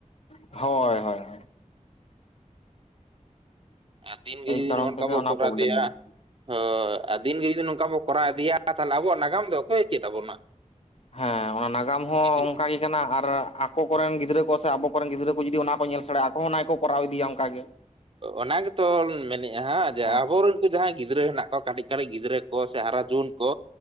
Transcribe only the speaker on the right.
ᱫᱤᱱ ᱜᱤ
ᱡᱩᱫᱤ
ᱱᱚᱜ-ᱚᱝᱠᱟ
ᱵᱚ
ᱠᱚᱨᱟᱣ
ᱤᱫᱤᱭᱟ᱾
ᱦᱳᱭ ᱟᱨ ᱫᱤᱱᱜᱮ ᱡᱩᱫᱤ ᱱᱚᱝᱠᱟ ᱵᱚ ᱠᱚᱨᱟᱣ ᱤᱫᱤᱭᱟ ᱛᱟᱦᱞᱮ ᱟᱵᱚᱣᱟᱜ ᱱᱟᱜᱟᱢ ᱫᱚ ᱚᱠᱚᱭᱮ ᱪᱮᱫ ᱟᱵᱚᱱᱟ?
ᱦᱤᱡᱩᱜ
ᱚᱱᱟ ᱜᱮᱛᱚ ᱢᱮᱱᱮᱫᱼᱟ ᱦᱟᱸᱜ ᱡᱮ
ᱟᱵᱚᱨᱮᱱ᱾ ᱩᱱᱠᱩ ᱡᱟᱦᱟᱸᱭ ᱜᱤᱫᱽᱨᱟᱹ ᱦᱮᱱᱟᱜ ᱠᱚᱣᱟ ᱠᱟᱹᱴᱤᱡ ᱠᱟᱹᱴᱤᱡ ᱜᱤᱫᱽᱨᱟᱹ ᱠᱚ ᱥᱮ ᱦᱟᱨᱟ ᱡᱩᱣᱟᱹᱱ ᱠᱚ